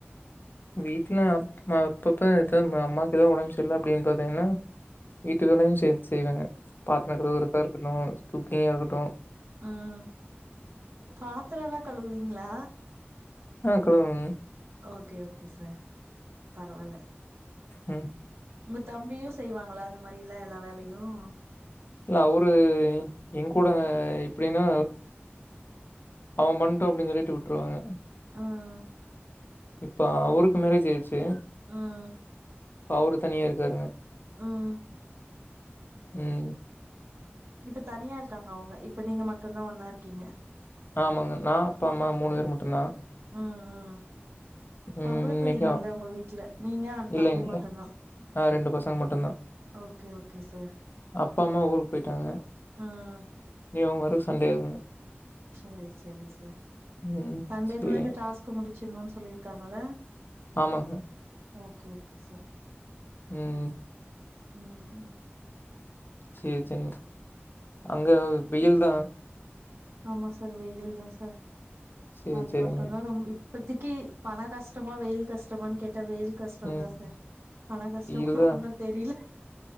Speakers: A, on the left (about 50°); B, on the right (about 80°).
A: வீட்ல அ அப்பப்ப எத அம்மாக்கு ஏதா உடம்பு சரில அப்டின்னு பாத்தீங்கன்னா வீட்டுவேலையும் சேத்து செய்வேங்க பாத்திரம் கழுவுரதா இருக்கணும் குக்கிங்கா இருக்கட்டும் தோ
B: அஹ் பாத்திரல்லாம் கழுவீங்களா
A: ஆஹ் கழுவுவங்க
B: ஓகே ஓகே சார் பரவால்ல
A: உம்
B: உங்க தம்பியும் செய்வாங்களா அந்த மாதிரிலா எல்லா வேலயும்
A: இல்ல அவரு என் கூட இப்டின்னா அவன் பண்ட்டு அப்டின்னு சொல்லிட்டு விட்ருவாங்க
B: ஆஹ்
A: இப்ப அவருக்கு மேரேஜ் ஆயிடுச்சு
B: ஆஹ்
A: அவரு தனியா இருக்காருங்க
B: ம்
A: உம்
B: இப்ப தனியா இருக்காங்க அவங்க இப்ப நீங்க மட்டும்தான் ஒன்னா இருக்கீங்க
A: ஆமாங்க நான் அப்பா அம்மா மூணு பேர் மட்டும்தான்
B: ஆ ஹ பொம்பள
A: ம் இன்னைக்கு
B: பிள்ளைங்க இல்ல உங்க வீட்ல நீங்க அ
A: இல்லைங்க
B: தம்பி மட்டும் தான்
A: ஆ ரெண்டு பசங்க மட்டுந்தா
B: ஓகே ஓகே சார்
A: அப்பா அம்மா ஊருக் போயிட்டாங்க
B: ஆஹ்
A: நீ அவங்க வர சண்டே ஆகு
B: சரி சரி சார்
A: ம்
B: சண்டேக்குள்ள
A: சேரிங்க
B: இந்த டாஸ்க் முடி <unintelligible> சொல்லிருக்காங்கள
A: ஆமாங்க
B: ஓகே ஓகே சார்
A: உம்
B: உம்
A: சரி சர்ங்க அங்க வெயில் தான்
B: ஆமா சார் வெயில் தான் சார்
A: சரி,
B: அது
A: சரிங்க.
B: மட்டும் தான் ரொம்ப இப்பத்தக்கி பண கஷ்டமா வெயில் கஷ்டமானு கேட்ட வெயில் கஷ்டம்
A: ம்.
B: தான் சார் பண கஷ்டம்
A: வெயில்
B: கூட ஒன்னு தெரியல